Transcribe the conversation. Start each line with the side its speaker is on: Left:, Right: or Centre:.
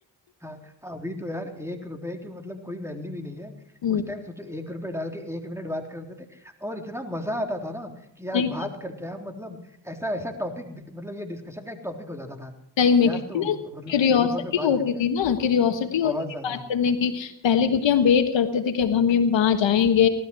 Centre: हाँ अभी तो यार एक रुपए की मतलब कोई वैल्यू ही नहीं है
Left: हम्म,
Centre: उस टाइम सोचो एक रुपए डाल के एक मिनट बात करते थे और इतना मजा आता था ना कि
Left: सही
Centre: आज बात
Left: बात
Centre: करके हम मतलब ऐसा ऐसा टॉपिक मतलब ये डिस्कशन का एक टॉपिक हो जाता था
Left: टाइम
Centre: कि
Left: में क्योंकि
Centre: आज तो
Left: ना
Centre: मतलब
Left: क्यूरियोसिटी
Centre: टेलीफोन पे बात
Left: होती
Centre: करके
Left: थी
Centre: आए
Left: ना क्यूरियोसिटी होती
Centre: बहुत
Left: थी
Centre: ज्यादा
Left: बात करने की पहले क्योंकि हम वेट करते थे कि अब हम हम वहां जाएंगे